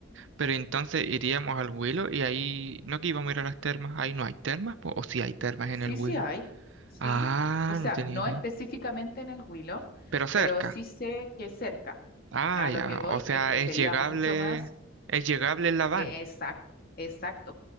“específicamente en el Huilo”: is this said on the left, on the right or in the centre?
Left